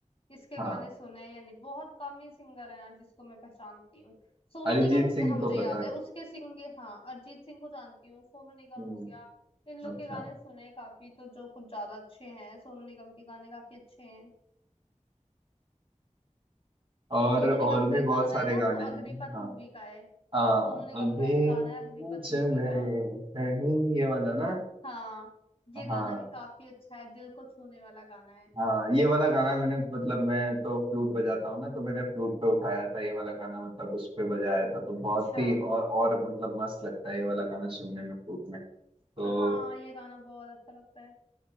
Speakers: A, on the left; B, on the right.
A: इसके
B: हाँ
A: गाने सुने हैं या नहीं बहुत कम ही सिंगर हैं यार जिसको मैं पहचानती हूँ सोनू
B: अरिजीत
A: निगम
B: सिंह
A: हाँ मुझे
B: को
A: याद
B: पता
A: है उसके सिंगे हाँ अरिजीत सिंह को जानती हूँ सोनू निगम
B: हम्म,
A: हो गया इन लोग
B: अच्छा
A: के गाने सुने काफी तो जो कुछ ज्यादा अच्छे हैं सोनू निगम के गाने काफी अच्छे हैं
B: और
A: सोनू
B: और
A: निगम
B: भी
A: का एक
B: बहुत
A: गाना
B: सारे
A: है ना
B: गाने
A: वो
B: हैं
A: अग्निपथ
B: हाँ
A: मूवी का है सोनू
B: आ,
A: निगम
B: अभी
A: का एक गाना है अग्निपथ
B: मुझ में
A: मूवी का
B: कहीं ये वाला ना
A: हाँ ये
B: हाँ
A: गाना भी काफी अच्छा है दिल को छूने वाला गाना है
B: हाँ ये वाला गाना मैंने मतलब मैं तो फ्लूट बजाता हूँ ना तो मैंने फ्लूट पे उठाया था ये वाला गाना मतलब उस पे बजाया था तो बहुत
A: अच्छा
B: ही और और मतलब मस्त लगता है ये वाला गाना सुनने में फ्लूट में तो
A: हाँ ये गाना बहुत अच्छा लगता है